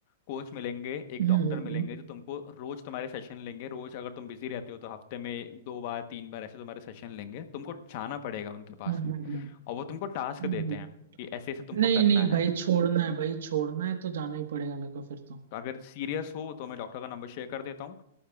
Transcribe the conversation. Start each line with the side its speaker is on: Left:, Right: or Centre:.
Left: कोच मिलेंगे एक
Right: हम्म
Left: डॉक्टर
Right: हम्म
Left: मिलेंगे जो तुमको रोज तुम्हारे सेशन लेंगे रोज अगर तुम बिजी रहते हो तो हफ्ते में दो बार तीन बार ऐसे तुम्हारे सेशन लेंगे तुमको जाना पड़ेगा उनके पास
Right: हम्म,
Left: में
Right: हम्म,
Left: और वो तुमको टास्क
Right: हम्म।
Left: देते हैं कि ऐसे ऐसे तुमको
Right: नहीं
Left: करना
Right: नहीं
Left: है
Right: भाई छोड़ना है भाई छोड़ना है तो जाना ही पड़ेगा मेरे को फिर तो
Left: तो अगर सीरियस हो तो मैं डॉक्टर का नंबर शेयर कर देता हूँ